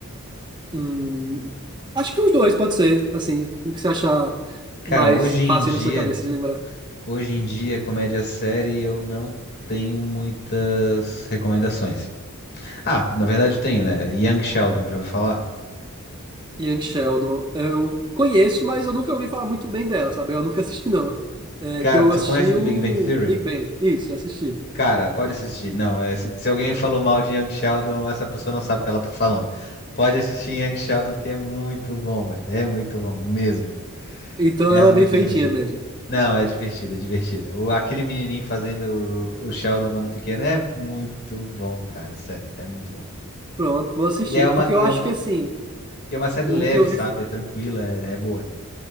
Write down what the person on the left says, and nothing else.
Cara,
hoje
em dia,
hoje em dia, comédia série eu não tenho muitas recomendações. Ah, na verdade tenho, né? Young Sheldon, já ouviu falar?
Cara,
tu
conhece The
Big Bang Theory?
Cara, pode assistir. Não, é, se, se alguém falou mal de Young Sheldon, essa pessoa não sabe o que ela tá falando. Pode assistir Young Sheldon, que é muito bom, velho. É muito bom mesmo.
É
muito
divertido.
Não, é divertido, é divertido. O, aquele menininho fazendo o, o Sheldon quando pequeno é muito bom, cara. Sério, é muito bom.
E é uma,
e
é uma,
e é uma série
leve,
sabe? É tranquila, é, é boa.